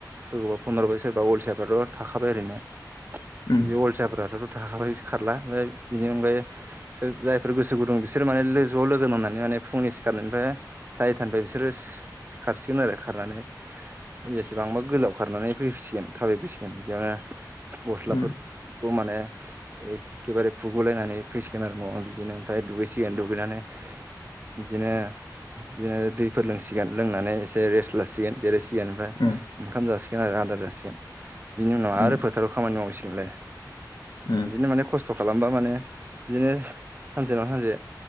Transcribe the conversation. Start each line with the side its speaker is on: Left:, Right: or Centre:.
Right: सोरबा फन हरब्बाय सोरबा अलसि फिथाइफ्राथ' थाखाबाय ओरैनो
Left: उम
Right: बे अलसाफ्राथ'थ' थाखाबाय खारला ओमफ्राय बिनि अनगायै जायफोर गोसो गुदुं बिसोर माने लो ज' लोगो नांना माने फुंनि सि खारनायनिफ्राय सारिथानिफ्राय बिसोरो खारसिगोन आरो खारनानै बेसेबांबा गोलाव खारनानै फैफसिगोन थाबायबोसिगोन बेयावनो गस्लाफोर
Left: उम
Right: खौ माने एखेबारे खुगलायनानै फैसिगोन आरो न'आव बिदिनो ओमफ्राय दुगैसिगोन दुगैनानै
Left: <inaudible>
Right: बिदिनो बिदिनो दैफोर लोंसिगोन लोंनानै एसे रेस्ट लासिगोन जेरै सिसिगोन ओमफ्राय
Left: उम
Right: ओंखाम जासिगोन आरो आदार जासिगोन बिनि उनाव
Left: उम
Right: आरो फोथाराव खामानि मावसिगोनलाय
Left: उम
Right: बिदिनो माने खस्थ' खालामबा माने बिदिनो सानसे ना सानसे